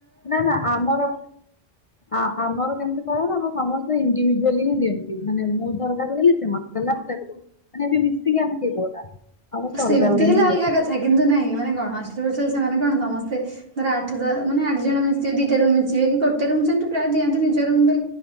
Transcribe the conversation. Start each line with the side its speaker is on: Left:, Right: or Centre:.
Left: ନା ନା ଆମର ଆ ଆମର କେମିତି କହ ଆମ ସମସ୍ତେ ଇଣ୍ଡିଭିଜୁଆଲି ହିଁ ଦିଅନ୍ତି ମାନେ ମୁଁ ତାଙ୍କୁ ଦେଲି ସେ ମତେ ଦେଲେ ସେ ମୁ ତା ମାନେ ଏବେ ମିଶିକି ଆମେ କେବ ନା ଆମ
Right: ସେମିତି
Left: ଅଲଗାରେ
Right: ହେଲେ
Left: ହବ
Right: ଅଲଗା କିନ୍ତୁ ନାହିଁ ମାନେ କଣ ହଷ୍ଟଲ ଫଷ୍ଟଲ ସେମାନେ କଣ ସମସ୍ତେ ଧର ଆଠ ମାନେ ଆଠ ଜଣ ମିଶିବ ଦିଟା ରୁମ୍ ମିଶିବେ କି ଗୋଟେ ରୁମ ସେମିତିାୟ ଦିନ୍ତି ନିଜ ରୁମ୍ କୁ